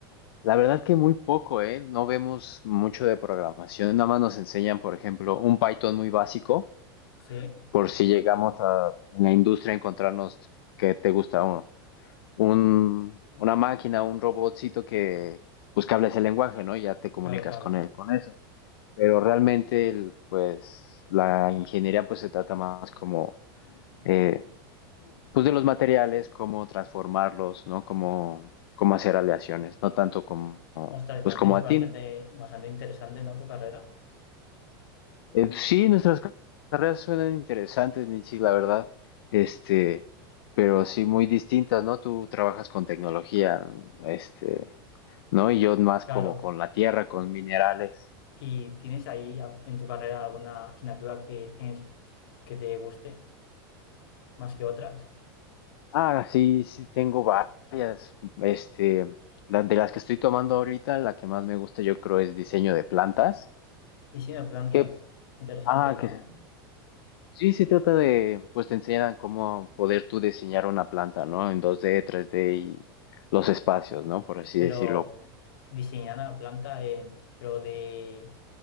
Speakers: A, on the left (about 80°); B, on the left (about 65°).
A: La verdad que muy poco, ¿eh? No vemos mucho de programación. Nada más nos enseñan, por ejemplo, un Python muy básico,
B: Sí,
A: por si llegamos a en la industria a encontrarnos que te gusta uno. un, una máquina, un robotcito que pues que habla ese lenguaje, ¿no? Y ya te comunicas
B: claro, claro.
A: con él, con eso. Pero realmente, el, pues, la ingeniería pues se trata más como, eh, pues, de los materiales, cómo transformarlos, ¿no? Cómo, cómo hacer aleaciones, no tanto como,
B: Ostras, entonces
A: pues, como a
B: bastante,
A: ti. ¿no?
B: bastante interesante, ¿no? Tu carrera.
A: Eh, sí, nuestras carreras suenan interesantes, Ninchi, la verdad, este, pero sí muy distintas, ¿no? Tú trabajas con tecnología, este, ¿no? Y yo más
B: Claro.
A: como con la tierra, con minerales.
B: ¿Y tienes ahí a- en tu carrera alguna asignatura que, es- que te guste más que otras?
A: Ah, sí, sí, tengo varias. Este, la- de las que estoy tomando ahorita, la que más me gusta yo creo es diseño de plantas.
B: Diseño de plantas.
A: Que,
B: Interesante,
A: ah,
B: ¿no?
A: que se- sí, se trata de, pues te enseñan cómo poder tú diseñar una planta, ¿no? En 2D, 3D y los espacios, ¿no? Por así
B: Pero
A: decirlo.
B: diseñar la planta en, pero de